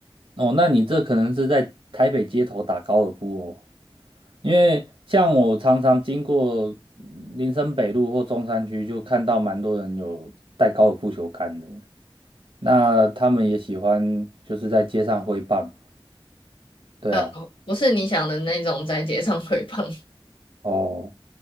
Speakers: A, on the right; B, on the left.
A: 哦，那你这可能是在台北街头打高尔夫哦，因为像我常常经过嗯林森北路或中山区，就看到蛮多人有带高尔夫球杆的，那他们也喜欢就是在街上挥棒，
B: <laughs>
A: 对啊，
B: 呃，不是你想的那种在街上 <laughs> 鬼放。
A: 哦。